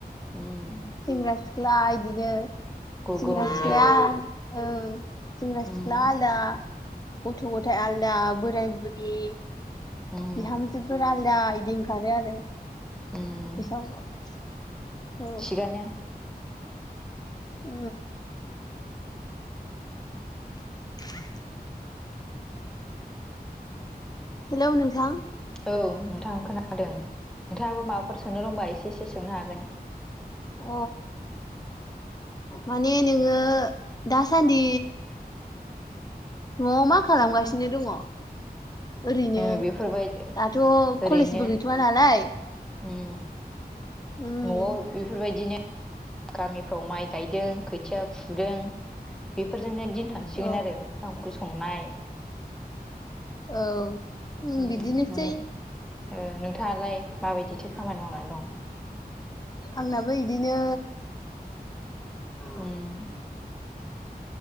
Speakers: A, in the centre; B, on the left (about 25°).
A: उम
B: सेंग्रा सिख्ला बिदिनो।
A: गुगुमनो
B: सेंग्रा सिख्लाया औ सेंग्रा
A: उम
B: सिख्ला आलदा। गथ' गथाइ आलदा बोराय बुरि
A: उम
B: बिहामजोफोर आलदा इदि। ओंखारो आरो
A: उम
B: बैसागुयाव औ।
A: थिगानो
B: औ। <inaudible> हेल' नोंथां।
A: औ नोंथां खोनादों नोंथाङाबो माबाफोर सोंनो दंबा एसे एसे सोंनो हागोन।
B: अ। माने नोङो दासानदि न'याव मा खालामगासिनो दङ ओरैनो
A: उम बेफोरबायदि
B: दाथ'
A: ओरैनो
B: कलेजबो गैथ'वा नालाय
A: उम
B: उम
A: न'आव बेफोरबायदिनो गामिफ्राव माइ गायदों खोथिया फुदों बे बेफोरजोंनो दिन थांसिगोन
B: औ
A: आरो ओंखाम ओंख्रि संनाय
B: औ उम
A: ओम
B: बिदिनोसै
A: नोंथाङालाय माबायदिथो खामानि मावनानै दं
B: आंनाबो बिदिनो
A: ओम